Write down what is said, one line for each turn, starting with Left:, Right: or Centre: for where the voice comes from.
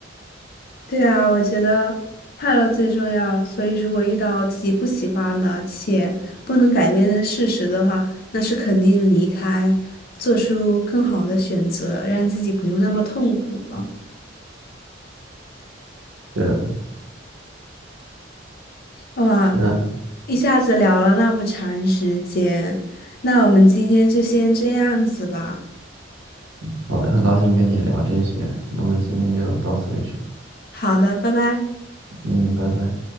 Left: 对啊，我觉得快乐最重要。所以，如果遇到自己不喜欢的且不能改变的事实的话，那是肯定离开，做出更好的选择，让自己不用那么痛苦了。
Right: 是的，
Left: 哇，
Right: 那
Left: 一下子聊了那么长时间，那我们今天就先这样子吧。
Right: 好的，很高兴跟你聊这些，那么今天就到此为止吧。
Left: 好的，拜拜。
Right: 嗯，拜拜。